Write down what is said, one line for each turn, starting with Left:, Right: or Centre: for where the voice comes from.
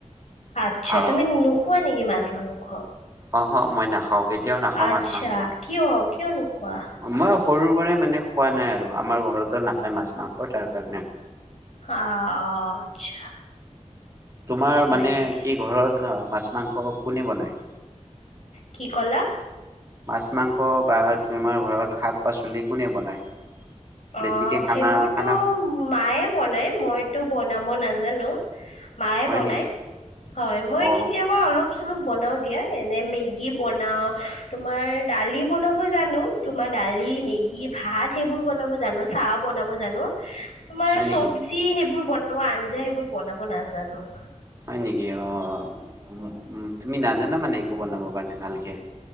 Left: আচ্ছা
Right: অ
Left: তুমি নোখোৱা নেকি মাছ মাংস।
Right: অ হ মই নাখাওঁ কেতিয়াও নাখাওঁ
Left: আচ্ছা
Right: মাছ-মাংস।
Left: কিয় কিয় নোখোৱা?
Right: মই সৰু পৰাই মানে খোৱা নাই আৰু আমাৰ ঘৰতো নাখায় মাছ মাংস তাৰ কাৰণে।
Left: অ অ আচ্ছা।।
Right: তোমাৰ
Left: হয়
Right: মানে
Left: নেকি?
Right: কি ঘৰত মাছ মাংস কোনে বনায়?
Left: কি কলা?
Right: মাছ মাংস বা তোমাৰ ঘৰত শাক পাচলি কোনে বনায়?
Left: অ
Right: বেছিকে খানা
Left: সেইবোৰতো
Right: খানা
Left: মায়ে বনায় মইতো বনাব নাজানো। মায়ে
Right: হয়
Left: বনায়
Right: নেকি
Left: হয় মই
Right: অ
Left: কেতিয়াবা অলপ। চলপ বনাও দিয়া এনে মেগী বনাও তোমাৰ দালি বনাব জানো। তোমাৰ দালি মেগী। ভাত সেইবোৰ বনাব জানো চাহ বনাব জানো তোমাৰ
Right: হয়
Left: চবজি।
Right: নেকি
Left: যি সেইবোৰ বনাব আঞ্জা সেইবোৰ বনাব নাজানো।
Right: হয় নেকি অ। উ উ তুমি নাজানা মানে একো বনাব কাৰণে ভালকে।